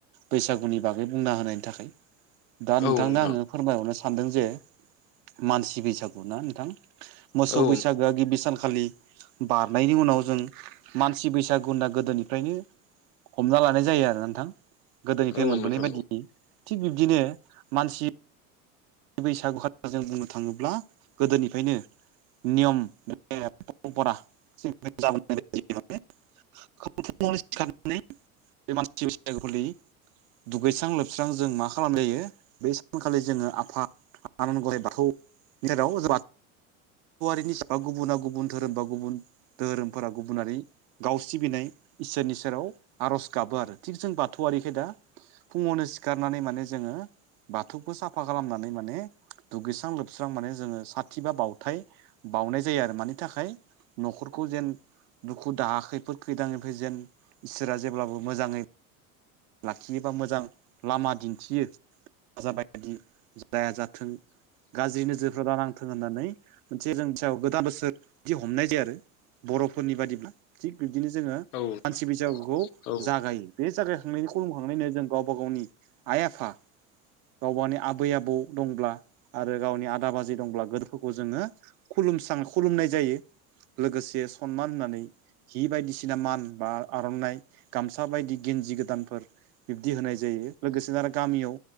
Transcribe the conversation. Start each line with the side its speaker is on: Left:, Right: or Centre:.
Right: बैसागुनि बागै बुंना होनायनि थाखाय। दा नोंथांनो
Left: औ नोंथां
Right: आङो फोरमायहरनो सानदों जे मानसि बैसागु ना नोंथां। मोसौ
Left: औ
Right: बैसागोआ गिबि सानखालि बारनायनि उनाव जों मानसि बैसागु होनना गोदोनिफ्रायनो हमना लानाय जायो आरो ना नोंथां। गोदोनिफ्राय
Left: नोंथां
Right: मोनबोनाय बायदि थिग बिब्दिनो मानसि बैसागु जों बुंनो थाङोब्ला गोदोनिफ्रायनो नियम <unintelligible> <unintelligible> दुगैस्रां लोबस्रां जों मा खालामजायो बे सानखालि जोङो आफा आनान गराइ बाथौनि गेराव जों बाथौ <unintelligible> गुबुना गुबुन धोरोम बा गुबुन दोहोरोमफोरा गुबुनारि गाव सिबिनाय इसोरनि सेराव आर'ज गाबो आरो थिग जों बाथौआरिखाय दा फुङावनो सिखारनानै माने जोङो बाथौखौ साफा खालामनानै माने माने दुगैस्रां लोबस्रां माने जोङो साथि बा बावथाय बावनाय जायो आरो मानि थाखाय न'खरखौ जेन दुखु दाहा खैफोद खैदांनिफ्राय जेन इसोरा जेब्लाबो मोजाङै लाखियोबा मोजां लामा दिन्थियो। जाबाय इदि जाया जाथों गाज्रि नोजोरफोरा दानांथों होननानै मोनसे जों थियाव गोदान बोसोर बिदि हमनाय जायो आरो। बर'फोरनि बादिब्ला थिग बिब्दिनो जोङो
Left: औ नोंथां
Right: मानसि बैसागुखौ
Left: औ
Right: जागायो बे जागाय थांनायनि खुलुमखांनायनि जों गावबा गावनि आइ आफा गावबानि आबै आबौ दंब्ला आरो गावनि आदा बाजै दंब्ला गो खौ जोङो खुलुमसां खुलुमनाय जायो लोगोसे सनमान होनानै हि बायदिसिना मान बा आर'नाइ गामसा बायदि गेन्जि गोदानफोर बिब्दि होनाय जायो लोगोसेनो आरो गामियाव